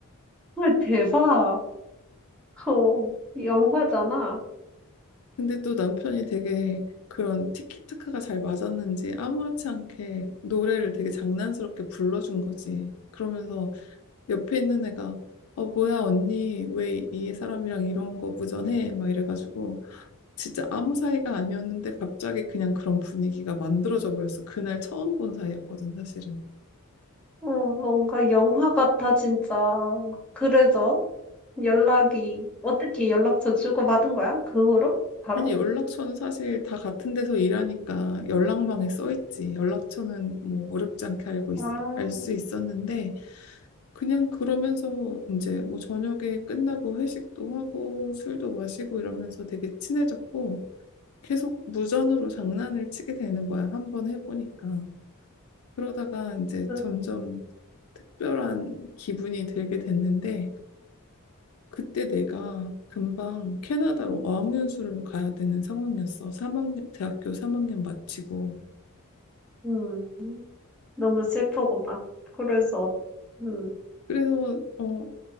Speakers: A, in the centre; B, on the left.
A: 헐 대박. 어, 영화잖아.
B: 근데 또 남편이 되게 그런 티키타카가 잘 맞았는지 아무렇지 않게 노래를 되게 장난스럽게 불러준 거지. 그러면서 옆에 있는 애가 어 뭐야 언니 왜 이 사람이랑 이런 거 무전해? 막 이래가지고 진짜 아무 사이가 아니었는데 갑자기 그냥 그런 분위기가 만들어져 버렸어. 그날 처음 본 사이였거든 사실은.
A: 어, 뭔가 영화 같아, 진짜. 그래서 연락이, 어떻게 연락처 주고받은 거야? 그 후로? 바로?
B: 아니 연락처는 사실 다 같은 데서 일하니까 연락망에 써 있지. 연락처는 뭐 어렵지 않게 알고 있어
A: 아,
B: 알 수 있었는데 그냥 그러면서 이제 뭐 저녁에 끝나고 회식도 하고 술도 마시고 이러면서 되게 친해졌고 계속 무전으로 장난을 치게 되는 거야. 한 번 해보니까. 그러다가 이제
A: 그,
B: 점점 특별한 기분이 들게 됐는데 그때 내가 금방 캐나다로 어학연수를 가야 되는 상황이었어. 3학년, 대학교 3학년 마치고.
A: 음, 너무 슬프고 막, 그래서, 음,
B: 그래서 어,